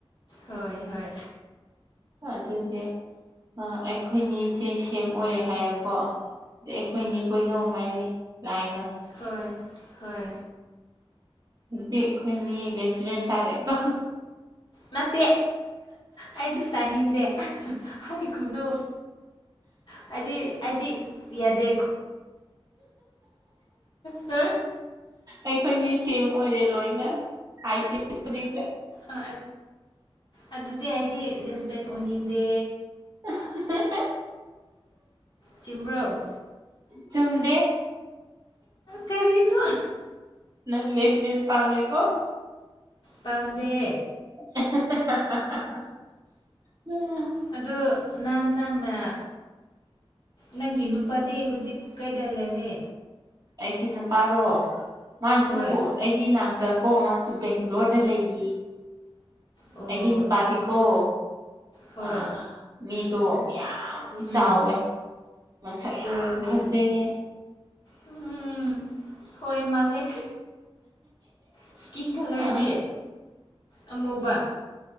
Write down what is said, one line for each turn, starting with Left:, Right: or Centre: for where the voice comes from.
Left: ꯍꯣꯏ ꯍꯣꯏ
Right: ꯑꯗꯨꯗꯤ ꯑꯩꯈꯣꯏꯅꯤꯁꯦ ꯁꯦꯝ ꯑꯣꯏꯔꯦ ꯍꯥꯏꯌꯦꯀꯣ ꯑꯩꯈꯣꯏꯅꯤ ꯀꯣꯏꯅꯧ ꯍꯥꯏꯔꯦ ꯂꯥꯏꯅ
Left: ꯍꯣꯏ ꯍꯣꯏ
Right: ꯍꯧꯇꯤ ꯑꯩꯈꯣꯏꯅꯤ ꯂꯦꯁꯕꯦꯟ ꯇꯥꯔꯦꯀꯣ
Left: ꯅꯠꯇꯦ ꯑꯩꯗꯤ ꯇꯥꯅꯤꯡꯗꯦ ꯍꯩꯈꯨꯅꯨ ꯍꯥꯏꯗꯤ ꯍꯥꯏꯗꯤ ꯌꯥ ꯗꯣ ꯍ
Right: ꯑꯩꯈꯣꯏꯅꯤ ꯁꯦꯝ ꯑꯣꯏꯔꯦ ꯂꯣꯏꯅ ꯍꯥꯏꯒꯦ ꯈꯨꯗꯤꯡꯗ
Left: ꯑ ꯑꯗꯨꯗꯤ ꯑꯩꯗꯤ ꯂꯤꯦꯁꯕꯦꯟ ꯑꯣꯏꯅꯤꯡꯟꯗꯦ
Right: ꯎ
Left: ꯆꯤꯡꯕ꯭ꯔꯧ
Right: ꯆꯨꯝꯨꯝꯗꯦ
Left: ꯀꯔꯤꯅꯣ
Right: ꯅꯪ ꯂꯦꯁꯤꯗ ꯄꯥꯝꯃꯦꯀꯣ
Left: ꯄꯥꯝꯗꯦ
Right: <unintelligible> ꯎꯝ ꯎꯝ
Left: ꯑꯗꯨ ꯅꯪ ꯅꯪꯅ ꯅꯪꯒꯤ ꯅꯨꯄꯥꯗꯤ ꯍꯧꯖꯤꯛ ꯀꯩꯗ ꯂꯩꯔꯦ
Right: ꯑꯩꯒꯤꯗ ꯄꯥꯔꯣ ꯃꯥꯁꯨ
Left: ꯍꯣꯏ
Right: ꯑꯩꯒꯤ ꯏ ꯅꯥꯛꯇ ꯀꯣ ꯑꯃꯁꯨ ꯕꯦꯡꯒ꯭ꯂꯣꯔꯗ ꯂꯩꯌꯦ
Left: ꯑꯣ
Right: ꯑꯩꯒꯤ ꯅꯨꯄꯥꯗꯤꯀꯣ
Left: ꯍꯣꯏ
Right: ꯑ ꯃꯤꯗꯣ ꯌꯥꯝ ꯌꯥꯝ ꯆꯥꯎꯋꯦ
Left: ꯎꯝ
Right: ꯃꯁꯛ ꯌꯥꯝ
Left: ꯑꯣ
Right: ꯐꯖꯩꯌꯦ
Left: ꯎꯝ ꯍꯣꯏ ꯃꯥꯜꯂꯦ ꯏꯁꯀꯤꯟ ꯀꯂꯔꯗꯤ
Right: ꯑ
Left: ꯑꯃꯨꯕ